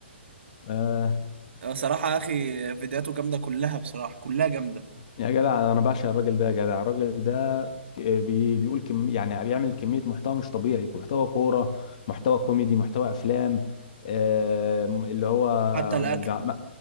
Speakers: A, on the left; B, on the right.
A: آه
B: آه، صراحه يا اخي فيديوهاته جامده كلها بصراحه كلها جامده
A: يا جدع انا بعشق الراجل ده يا جدع الراجل ده ك- بي بيقول كم يعني بيعمل كمية محتوى مش طبيعي محتوى كورة محتوى كوميدي محتوى افلام آه اللي هو
B: حتى الاكل
A: بيع- ما-